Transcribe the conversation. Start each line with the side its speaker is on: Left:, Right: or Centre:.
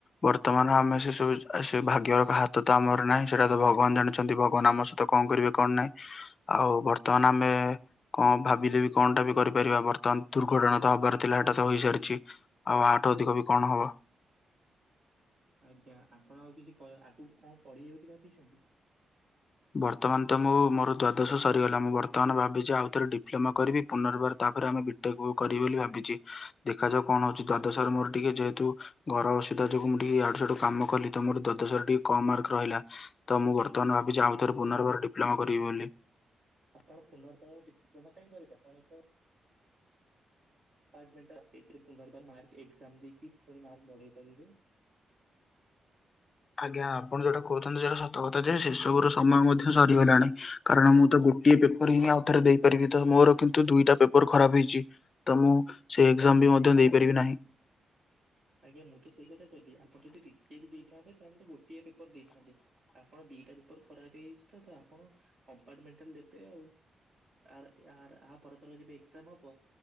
Left: ବର୍ତ୍ତମାନ ଆମେ ସେ ସବୁ ସେ ଭାଗ୍ୟର ହାତ ତ ଆମର ନାହିଁ ସେଟା ତ ଭଗବାନ ଜାଣି ଚି ଭଗବାନ ଆମ ସହିତ କଣ କରିବେ କଣ ନାଇଁ ଆଉ ବର୍ତ୍ତମାନ ଆମେ କଣ ଭାବିଲେ ବି କଣଟା ବି କରିପାରିବା ବର୍ତ୍ତମାନ ଦୁର୍ଘଟଣା ତ ହବାର ଥିଲା ସେଟା ତ ହେଇସାରିଚି। ଆଉ ଆଠୁ ଅଧିକ ବି କଣ ହବ।
Right: ଆଜ୍ଞା ଆପଣ ଆଉ କିଛି କ ଆଗକୁ କଣ ପଢିବେ ବୋଲି ଭାବିଛନ୍ତି?
Left: ବର୍ତ୍ତମାନ ତ ମୁଁ ମୋର ଦ୍ଵାଦଶ ସରିଗଲା ମୁଁ ବର୍ତ୍ତମାନ ଭାବିଚି ଆଉଥରେ ଡିପ୍ଲୋମା କରିବି ପୁନର୍ବାର ତାପରେ ଆମେ ଏଟାକୁ କରିବି ବୋଲି ଭାବିଚି ଦେଖାଯାଉ କଣ ଅଛି ଦ୍ବାଦଶ ରେ ମୋର ଟିକେ ଯେହେତୁ ଘର ଅସୁବିଧା ଯୋଗୁ ମୁଁ ଟିକେ ଏଆଡୁ ସେଆଡୁ କାମ କଲିତ ମୋର ଦ୍ବାଦଶ ରେ ଟିକେ କମ୍ ମାର୍କ ରହିଲା ତ ମୁଁ ବ <unintelligible> ର୍ତ୍ତମାନ ଭାବିଚି ଆଉଥରେ ପୁନର୍ବାର ଡିପ୍ଲମା କରିବି ବୋଲି।
Right: ଆପଣ ପୁନର୍ବର ଡିପ୍ଲୋମା କାଇଁ କରିବେ ଆପଣତ ଅପାମେଣ୍ଟେ ସେଇଥିରେ ପୁନର୍ବାର ମାର୍କ ଏଜାମ୍ ଦେଇକି ପୁଣି ମାର୍କ ବଢେଇ ପାରିବେ।
Left: ଆଜ୍ଞା ଆପଣ ଯୋଉଟା କହୁଛନ୍ତି ସେଟା ସତକଥା ଯେ ସେ ସବୁ ସମୟ ମଧ୍ୟ ସରିଗଲାଣି। କାରଣ ମୁଁ ତ ଗୋଟିଏ ପେପର ହିଁ ଆଉ ଥରେ ଦେଇପାରିବି ତ ମୋର କିନ୍ତୁ ଦୁଇଟା ପେପର ଖରାପ ହେଇଚି। ତ ମୁଁ ସେ
Right: ଆ
Left: ଏଗଜାମ୍ ବି ମଧ୍ୟ ଦେଇପାରିବି ନାହିଁ
Right: ଆଜ୍ଞା ମୁଁ ତ ସେଇ କଥା କହିଲି ଆପଣ ଯଦି ଡିଜେକେ ଦେଇଥାନ୍ତେ ତାହେଲେ ତ ଗୋଟିଏ ପେପର ଦେଇଥାନ୍ତେ ଆ ଆପଣ ଦିଟା ପେପର ଖରାପ ହେଇଚି ତ ଆପଣ କମ୍ପାର୍ଟମେଣ୍ଟାଲ ଦେବେ ଆଉ। ଆର ଆର ଆ ପରଥର ଯେବେ ଏଜାମ୍ ହବ